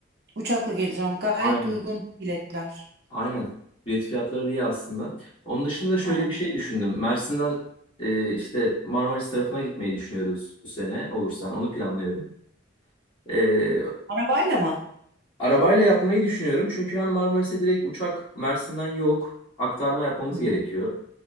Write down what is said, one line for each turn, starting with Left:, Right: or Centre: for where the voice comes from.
Right: Uçakla geleceğim. Gayet
Left: Aynen.
Right: de uygun biletler.
Left: Aynen. Bilet fiyatları da iyi aslında. Onun dışında da şöyle
Right: Aha.
Left: bir şey düşündüm. Mersin'den e, işte Marmaris tarafına gitmeyi düşünüyoruz bu sene olursa. yani onu planlıyorum. E,
Right: Arabayla mı?
Left: arabayla yapmayı düşünüyorum. Çünkü hem Marmaris'e direkt uçak Mersin'den yok. Aktarma yapmamız
Right: hı
Left: gerekiyor.